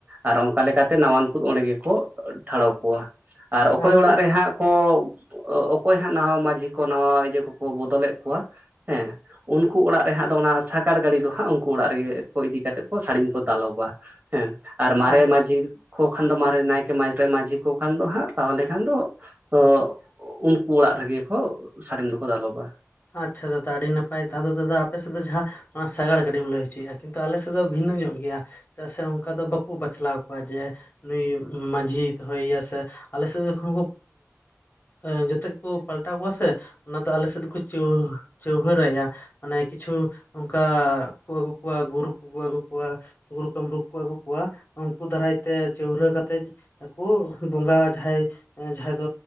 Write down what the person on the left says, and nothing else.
ᱟᱞᱮ
ᱥᱮᱫ
ᱟᱪᱪᱷᱟ
ᱟᱪᱪᱷᱟ ᱫᱟᱫᱟ ᱟᱹᱰᱤ ᱱᱟᱯᱟᱭ᱾ ᱟᱫᱚ ᱫᱟᱫᱟ ᱟᱯᱮ ᱥᱮᱫ ᱫᱚ ᱡᱟᱦᱟᱸ ᱚᱱᱟ ᱥᱟᱜᱟᱲ ᱜᱟᱹᱰᱤᱢ ᱞᱟᱹᱭ ᱦᱚᱪᱚᱭᱮᱫ-ᱟ, ᱠᱤᱱᱛᱩ ᱟᱞᱮ ᱥᱮᱫ ᱫᱚ ᱵᱷᱤᱱᱟᱹ ᱧᱚᱜ ᱜᱮᱭᱟ᱾ ᱪᱮᱫᱟᱜ ᱥᱮ ᱚᱱᱠᱟ ᱫᱚ ᱵᱟᱠᱚ ᱵᱟᱪᱞᱟᱣ ᱠᱚᱣᱟ ᱡᱮ ᱱᱩᱭ ᱢᱟᱺᱡᱷᱤᱭ ᱫᱚᱦᱚᱭᱮᱭᱟ ᱥᱮ ᱟᱞᱮ ᱥᱮᱫ ᱡᱚᱠᱷᱚᱱ ᱠᱚ ᱮ ᱡᱚᱛᱚ ᱠᱚ ᱯᱟᱞᱴᱟᱣ ᱠᱚᱣᱟ ᱥᱮ ᱚᱱᱟ ᱫᱚ ᱟᱞᱮ ᱥᱮᱫ ᱫᱚᱠᱚ ᱪᱟᱹᱣ ᱪᱟᱹᱣᱦᱟᱹᱨ ᱟᱭᱟ᱾ ᱚᱱᱮ ᱠᱤᱪᱷᱩ ᱚᱱᱠᱟ ᱠᱚ ᱟᱹᱜᱩ ᱠᱚᱣᱟ ᱜᱩᱨᱩ ᱠᱚᱠᱚ ᱟᱹᱜᱩ ᱠᱚᱣᱟ, ᱜᱩᱨᱩ ᱠᱟᱢᱨᱩ ᱠᱚ ᱟᱹᱜᱩ ᱠᱚᱣᱟ ᱩᱱᱠᱩ ᱫᱟᱨᱟᱭ ᱛᱮ ᱪᱟᱹᱣᱨᱟᱹ ᱠᱟᱛᱮᱜ ᱟᱠᱩ ᱵᱚᱸᱜᱟ ᱡᱟᱸᱦᱟᱭ ᱮᱸ ᱡᱟᱸᱦᱟᱭ ᱫᱚ